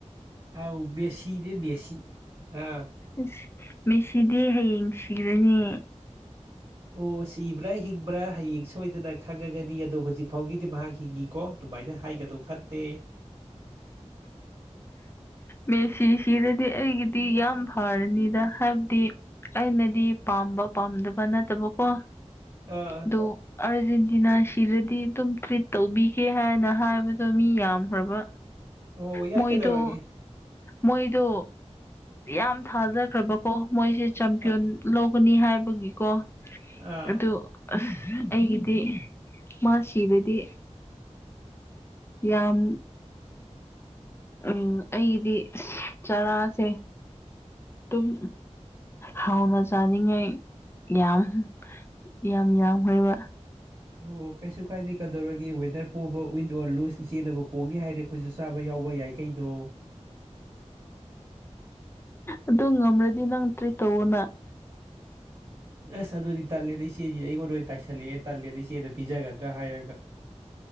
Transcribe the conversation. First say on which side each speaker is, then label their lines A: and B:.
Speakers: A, on the right; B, on the left.
A: ꯑꯥꯎ ꯁꯤꯤꯗꯤꯦ ꯦꯁꯤꯤ ꯑ
B: ꯑꯁ ꯃꯤꯁꯤꯗꯤ ꯍꯌꯦꯡ ꯁꯤꯔꯅꯤ
A: ꯑꯣ ꯁꯤꯕ꯭ꯔꯩ ꯍꯤꯡꯕ꯭ꯔꯥ ꯍꯌꯦꯡ ꯁꯣꯏꯗꯅ ꯈꯪꯉꯒꯅꯤ ꯑꯗꯣ ꯍꯧꯖꯤꯛ ꯐꯥꯎꯒꯤꯗꯤ ꯃꯍꯥꯛ ꯍꯤꯡꯉꯤꯀꯣ ꯑꯗꯨꯃꯥꯏꯅ ꯍꯥꯏꯒꯗꯣ ꯐꯠ ꯇ
B: ꯃꯦꯁꯤꯁꯤꯗꯗꯤ ꯑꯩꯒꯤꯗꯤ ꯌꯥꯝ ꯐꯔꯅꯤꯗ ꯍꯥꯏꯕꯗꯤ ꯑꯩꯅꯗꯤ ꯄꯥꯝꯕ ꯄꯥꯝꯗꯕ ꯅꯠꯇꯕꯀꯣ
A: ꯑꯥ
B: ꯑꯗꯨꯣ ꯑꯥꯔꯖꯦꯟꯇꯤꯅꯥ ꯁꯤꯗꯗꯤ ꯑꯗꯨꯝ ꯇ꯭ꯔꯤꯠ ꯇꯧꯕꯤꯒꯦ ꯍꯥꯏꯅ ꯍꯥꯏꯕꯗꯣ ꯃꯤ ꯌꯥꯝꯈ꯭ꯔꯕ
A: ꯑꯣ ꯌꯥꯏ
B: ꯃꯣꯏꯗ
A: ꯀꯩꯗꯧꯔꯒꯦ
B: ꯃꯣꯏꯗꯣ ꯌꯥꯝ ꯊꯥꯖꯈ꯭ꯔꯕꯀꯣ ꯃꯣꯏꯁꯦ ꯆꯝꯄꯤꯌꯟ
A: ꯑ
B: ꯂꯧꯒꯅꯤ ꯍꯥꯏꯕꯒꯤꯀꯣ
A: ꯑꯥ
B: ꯑꯗꯨ ꯑ ꯑꯩꯒꯤꯗꯤ ꯃꯥ ꯁꯤꯕꯗꯤ ꯌꯥꯝ ꯎꯝ ꯑꯩꯒꯤꯗꯤ ꯆꯥꯔꯥꯁꯦ ꯑꯗꯨꯝ ꯍꯥꯎꯅ ꯆꯥꯅꯤꯡꯉꯥꯏ ꯌꯥꯝ ꯌꯥꯝ ꯌꯥꯝꯈ꯭ꯔꯣꯏꯕ
A: ꯑꯣ ꯑꯣ ꯀꯩꯁꯨ ꯀꯥꯏꯗꯦ ꯀꯩꯗꯧꯔꯒꯦ ꯋꯦꯗꯔ ꯄꯣꯕ ꯋꯤꯟ ꯑꯣꯔ ꯂꯨꯁ ꯏꯆꯦꯅꯕꯨ ꯀꯣꯡꯅꯤ ꯍꯥꯏꯔꯦ ꯑꯩꯈꯣꯏꯁꯨ ꯆꯥꯕ ꯌꯥꯎꯕ ꯌꯥꯏꯀꯩꯗꯣ
B: ꯑꯗꯨ ꯉꯝꯂꯗꯤ ꯅꯪ ꯇ꯭ꯔꯤ ꯇꯧꯑꯣꯅ
A: ꯑꯁ ꯑꯗꯨꯗꯤ ꯇꯥꯂꯦꯗ ꯏꯆꯦꯁꯤ ꯑꯩꯉꯣꯟꯗ ꯑꯣꯏꯅ ꯇꯥꯏꯁꯜꯂꯛꯑꯦ ꯇꯥꯂꯦꯟꯗ ꯏꯆꯦꯗ ꯄꯤꯖꯒꯗ꯭ꯔꯥ ꯍꯥꯏꯔꯒ